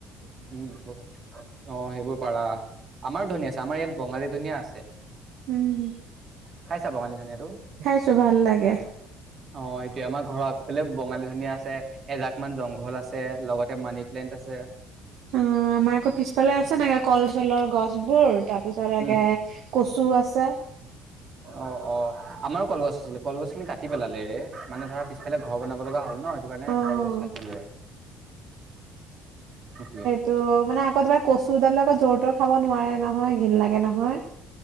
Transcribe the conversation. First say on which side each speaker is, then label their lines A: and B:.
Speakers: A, on the right (about 45°); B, on the right (about 60°).
A: উম অ' সেইবোৰ পাৰা! আমাৰ ধনীয়া আছে আমাৰ ইয়াত বঙালী ধনীয়া আছে।
B: উম,
A: খাইছা বঙালী ধনিয়াটো
B: খাইছো ভাল লাগে।
A: অ' এইটোয়ে, আমাৰ ঘৰৰ আগফালে বঙালী ধনীয়া আছে। এজাক মান জংঘল আছে, লগতে মানি প্লেণ্ট আছে।
B: অ' আমাৰ আকৌ পিছফালে আছে <unintelligible> কল চলৰ গছ বোৰ তাৰ পিছত লৈকে।
A: উম
B: কচু আছে।
A: অ' অ' আমাৰো কলগছ আছিলে কলগছ খিনি কাটি পেলালে ৰে মানে ধৰা পিছফালে ঘৰ বনাব লগা হ'ল ন সেইটো কাৰণে।
B: অ'।
A: কলগছ কাটি লোৱা সেটোৱে।
B: ত' মানে আকৌ এবাৰ কচুডাল আকৌ জ'ৰ তৰ খাব নোৱাৰে নহয় ঘৃণ লাগে নহয়।